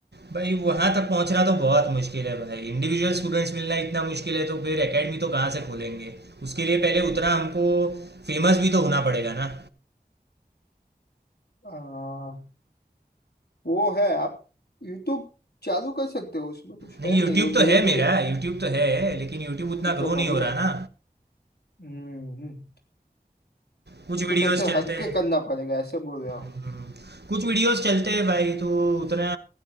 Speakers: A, on the right; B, on the left.
A: भाई वहां तक पहुंचना तो बहुत मुश्किल है भाई इंडिविजुअल स्टूडेंट्स मिलना इतना मुश्किल है तो फिर एकेडमी तो कहाँ से खोलेंगे उसके लिए पहले उतना हमको फेमस भी तो होना पड़ेगा ना
B: आ, वो है आप यूट्यूब चालू कर सकते हो उसमें कुछ
A: नहीं
B: है
A: यूट्यूब
B: नहीं वो धीरे
A: तो है
B: धीरे
A: मेरा यूट्यूब तो है लेकिन यूट्यूब उतना
B: तो तो
A: ग्रो नहीं
B: बढ़िया
A: हो रहा
B: है
A: ना
B: हम्म हम्म।
A: कुछ
B: तो कुछ
A: वीडियोस
B: ऐसे
A: चलते
B: हट
A: हैं
B: के करना पड़ेगा ऐसे बोल रहे
A: हम्म,
B: हो
A: कुछ वीडियोस चलते हैं भाई तो उतना